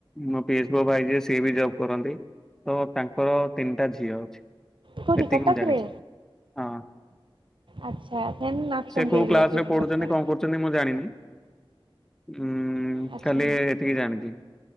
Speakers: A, in the centre; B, on the right (about 65°).
A: ମୋ ପିସ୍ ପୁଅ ଭାଇ ଯେ ସିଏ ବି ଜବ୍ କରନ୍ତ। ତ ତାଙ୍କର ତିନିଟା ଝିଅ ଅଛି।
B: କୋଉଠି
A: ଏତିକି
B: କଟକରେ?
A: ମୁଁ ଜାଣିଛି ହଁ।
B: ଆଚ୍ଛା ଦେନ୍ ଅଛନ୍ତି
A: ସେ କୋଉ
B: ରିଲେଟିଭ୍
A: କ୍ଲାସରେ ପଢ଼ୁଛନ୍ତି
B: ବହୁତ ସାରା
A: କଣ କରୁଛନ୍ତି ମୁଁ ଜାଣିନି। ହୁଁ
B: ଆଚ୍ଛା
A: ଖାଲି ଏତିକି ଜାଣିଛି।